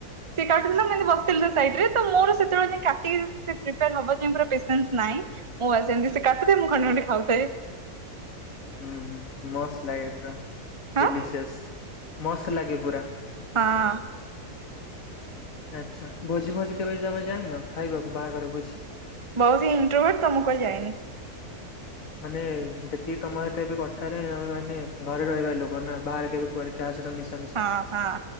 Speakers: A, on the right (about 20°); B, on the left (about 60°).
A: ସେ କାଟୁଥିଲା ମୁଁ ଏଇଠି ବସିଥିଲି ତା ସାଇଟିରେ ତ ମୋର ସେତେବେଳେ ଯାଏଁ କାଟିକି ଏତେ ପ୍ରିପାୟର ହବା ଯାଏ ପୁରା ପେଶେନ୍ସ ନାହଁ। ମୁଁ ଆସିବା ଯାଏ ସେ କାଟୁ ଥାଏ। ମୁଁ ଖଣ୍ଡେ ଖଣ୍ଡେ ଖାଉଥାଏ।
B: ହୁଁ ମସ୍ତ ଲାଗେ ପୁରା
A: ହଁ
B: ଡେଲିସିଅସ୍ ମସ୍ତ ଲାଗେ ପୁରା।
A: ହଁ
B: ଆଚ୍ଛା ଭୋଜି ଭୋଜି କେବେ ଜମା ଯାଇନ ଖାଇବାକୁ ବାହାଘର ଭୋଜି।
A: ବହୁତ ଇଣ୍ଟୁଭେର୍ଟ ତ ମୁଁ କୁଆଡ଼େ ଯାଏନି।
B: ମାନେ ଯେତିକି ତମ ସହିତ ଏବେ କଥା ହେଲିଣି ତମେ ମାନେ ଘରେ ରହିବ ଲୋକ ନା ବାହାରେ କେବେ କୁଆଡ଼େ କାହା ସହିତ ମିଶି
A: ହଁ ହଁ